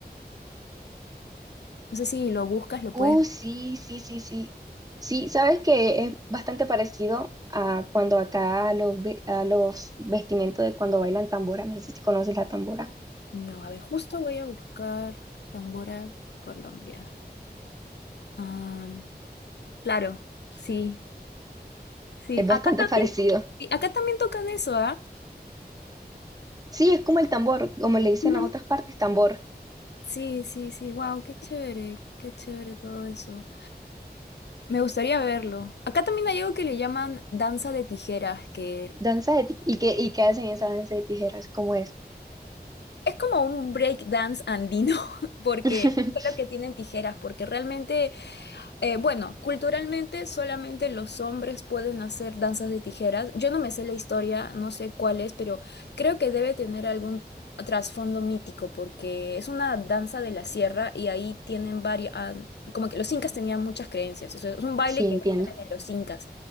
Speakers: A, on the left; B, on the right.
A: No sé si lo buscas, lo
B: Uh,
A: puedes... ver.
B: sí, sí, sí, sí. Sí, sabes que es bastante parecido a cuando acá los, ve- a los vestimentos de cuando bailan tambora, no sé si conoces la tambora,
A: No, a ver, justo voy a buscar Tambora, Colombia. Am, claro, sí, sí.
B: es bastante
A: Acá también,
B: <laughs> parecido.
A: sí, acá también tocan eso, ¿ah?
B: Sí, es como el tambor, como le dicen
A: Ujú.
B: a otras partes, tambor.
A: Sí, sí, sí. Wow, qué chévere, qué chévere todo eso. Me gustaría verlo. Acá también hay algo que le llaman danza de tijeras, que
B: Danza de ti- ¿Y qué, y qué hacen esa danza de tijeras? ¿Cómo es?
A: es como un break dance andino, <laughs> porque
B: <laughs>
A: es lo que tienen tijeras, porque realmente Eh, bueno, culturalmente solamente los hombres pueden hacer danzas de tijeras. Yo no me sé la historia, no sé cuál es, pero creo que debe tener algún trasfondo mítico porque es una danza de la sierra y ahí tienen varias, como que los incas tenían muchas creencias. Eso es un baile
B: Sí,
A: que
B: entiendo.
A: viene de los incas.